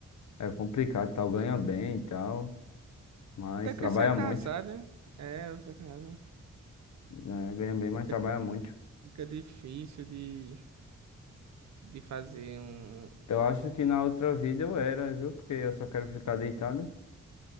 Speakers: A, on the left; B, on the right.
A: é complicado, e tal. Ganha bem e tal. Mas
B: Até que
A: trabalha
B: você é casado,
A: muito.
B: né? É, você é casado.
A: né? Ganha bem, mas
B: Fica,
A: trabalha
B: di-
A: muito.
B: fica difícil de de fazer um,
A: Eu acho que na outra vida eu era, viu? Porque eu só quero ficar deitado.